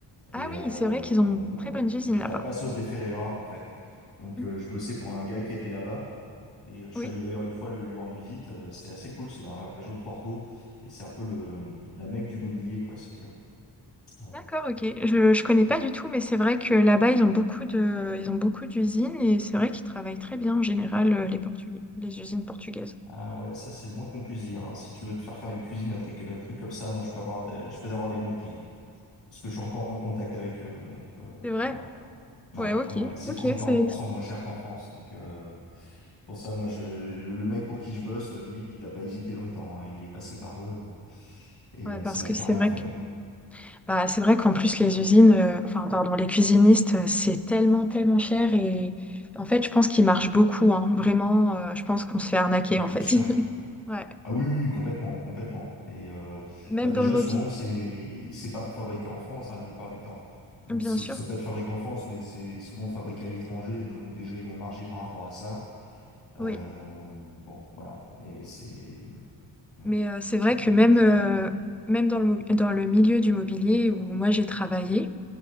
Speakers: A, in the centre; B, on the left (about 75°).
A: Ah
B: Et euh,
A: oui, c'est vrai qu'ils ont une très bonne usine
B: j'étais
A: là-bas.
B: à Passos de Ferreira, en fait. Donc,
A: Mhm.
B: euh, je bossais pour un gars qui était là-bas. Et euh, je
A: Oui,
B: suis allé d'ailleurs une fois le- lui rendre visite. Euh, C'était assez cool. C'est dans la région de Porto. Et c'est un peu le, la Mecque du mobilier, quoi, si tu veux. Euh,
A: d'accord, ok. Je, je connais pas du tout, mais c'est vrai que là-bas, ils ont beaucoup de, ils ont beaucoup d'usines et c'est vrai qu'ils travaillent très bien en général, euh, les Portugais, les usines portugaises.
B: ah ouais, ça, c'est le moins qu'on puisse dire. hein. Si tu veux te faire faire une cuisine, un truc, un truc comme ça, moi, je peux avoir, ta- je peux t'avoir des bons prix. hein. Parce que je suis encore en contact avec eux. Donc, euh,
A: C'est vrai.
B: voilà. Ouais,
A: Ouais, ok,
B: ouais, ouais, c'est
A: ok,
B: 30-40%
A: c'est
B: moins cher qu'en France. Donc euh, c'est pour ça, moi, je, le mec pour qui je bosse, lui, il a pas hésité longtemps. hein. Il est passé par eux euh, et
A: ouais,
B: euh,
A: parce
B: ça l'a
A: que
B: carrément
A: c'est vrai
B: fait.
A: que
B: hein.
A: bah, c'est vrai qu'en plus les usines, euh, enfin pardon, les cuisinistes, euh, c'est tellement tellement cher et en fait je pense qu'ils marchent beaucoup, hein. Vraiment, euh, je pense qu'on se fait arnaquer
B: Bah,
A: en
B: bien
A: fait.
B: sûr.
A: <laughs> Ouais,
B: Ah oui, oui, oui, complètement, complètement. Et euh,
A: même
B: bah déjà,
A: dans le mobile,
B: souvent, c'est c'est pas fabriqué en France, hein, la plupart du temps. Ou
A: bien
B: c'est-
A: sûr.
B: ça peut être fabriqué en France, mais c'est souvent fabriqué à l'étranger. Donc déjà, ils vont marger par rapport à ça. Euh,
A: Oui,
B: bon, voilà. Et c'est hmm,
A: mais euh, c'est
B: c'est
A: vrai
B: il
A: que
B: y
A: même
B: a une logique
A: euh,
B: derrière.
A: même dans le mobi- dans le milieu du mobilier où moi j'ai travaillé,